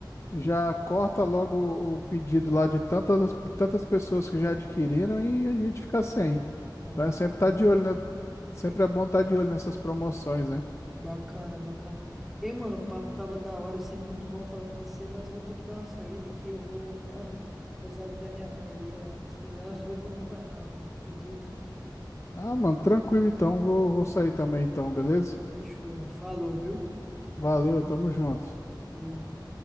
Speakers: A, on the left; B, in the centre.
A: Já corta logo o pedido lá de tantas, tantas pessoas que já adquiriram e a gente fica sem.
B: Ah,
A: Então é sempre
B: ah,
A: estar
B: bacana.
A: de olho, né? Sempre é bom estar de olho nessas promoções, né?
B: Bacana, bacana. Ei, mano, o papo tava da hora, é sempre muito bom falar com você, mas eu vou ter que dar uma saída aqui, eu vou <clears throat> precisar ajudar minha mãe ali a estender umas <laughs> roupas no varal, mano, acredita?
A: Ah, mano, tranquilo então. Vou, vou sair também então, beleza?
B: Fechou, mano. Falou, viu?
A: Valeu, tamo junto.
B: Valeu.